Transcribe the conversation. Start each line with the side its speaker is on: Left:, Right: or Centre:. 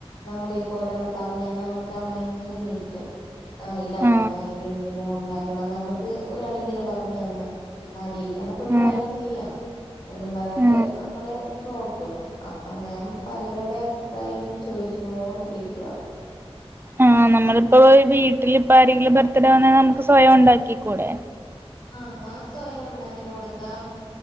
Left: നമ്മളിപ്പൊ ഒരാള് പറഞ്ഞ് അന്ന നമ്മക്കാ മൈന്ഡില് നിക്കും ആഹ് ഇതങ്ങനെ
Right: ആ
Left: ഇതിങ്ങനെ ഉണ്ടാ എടാ നമ്മക്ക് ഒരാളിങ്ങനെ പറഞ്ഞ് തന്ന് ആ രീ ഇയ് ഞമ്മക്കും
Right: ആ
Left: ട്രൈ ചെയ്യാം എന്നും പറഞ്ഞിട്ട്
Right: ആ
Left: നോക്കും അപ്പൊ ഞാം പലരുടെ അഭിപ്രായം ഇങ്ങനെ ചോദിച്ചോൻടിരിക്കുവാ
Right: ആ നമ്മളിപ്പോ ഒരു വി ട്ടിലിപ്പാരെങ്കിലും ബർത്ത്ഡേ ആണെ നമുക്ക് സ്വയം ഒണ്ടാക്ക് ക്കികൂടേ
Left: ആ ആസാനം ഒണ്ടാക്കി കൊടുക്കാം